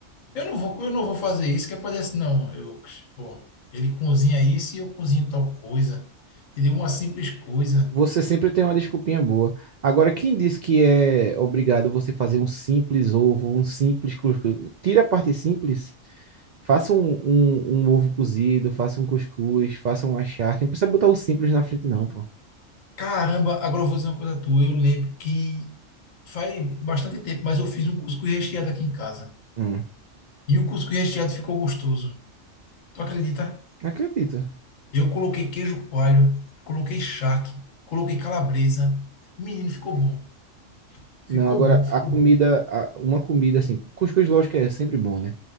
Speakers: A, on the left; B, on the right.
A: Eu não vou, eu não vou fazer isso, que é pra dizer assim, não, eu, pô, ele cozinha isso e eu cozinho tal coisa, entendeu? Uma simples coisa.
B: Você sempre tem uma desculpinha boa. Agora, quem diz que é obrigado você fazer um simples ovo, um simples cuscuz? Tira a parte simples, faça um, um, um ovo cozido, faça um cuscuz, faça uma charque. Não precisa botar o simples na frente, não, pô.
A: Caramba, agora eu vou dizer uma coisa tua, eu lembro que faz bastante tempo, mas eu fiz um cuscuz recheado aqui em casa.
B: Hum.
A: E o cuscuz recheado ficou gostoso. Tu acredita?
B: Não acredito.
A: Eu coloquei queijo coalho, coloquei charque, coloquei calabresa. Menino, ficou bom. Ficou
B: Não, agora
A: bom,
B: a
A: ficou
B: comida,
A: bom.
B: a- uma comida assim, cuscuz lógico é sempre bom, né?